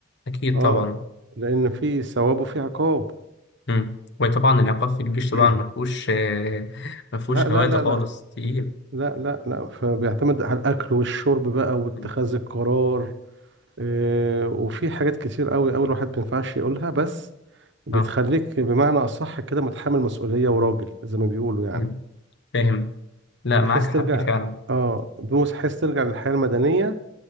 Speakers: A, on the left; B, on the right.
A: أكيد
B: اه
A: طبعا
B: لأن في ثواب وفي عقاب
A: مم. وطبعا العقاب في الجيش طبعا
B: <clears throat>
A: مفهوش آه، مفهوش
B: لا لا
A: <laughs> هوادة
B: لا
A: خالص
B: لا
A: تقيل
B: لا لا لا فبيعتمد على الأكل والشرب بقى واتخاذ
A: مم.
B: القرار آه وفي حاجات كتير قوي قوي الواحد ما ينفعش يقولها بس بتخليك
A: أه
B: بمعنى أصح كده متحمل مسؤولية وراجل زي ما بيقولوا يعني
A: مم. فاهم لا
B: بحيث
A: معاك حق
B: ترجع
A: فعلا
B: اه بحيث ترجع للحياة المدنية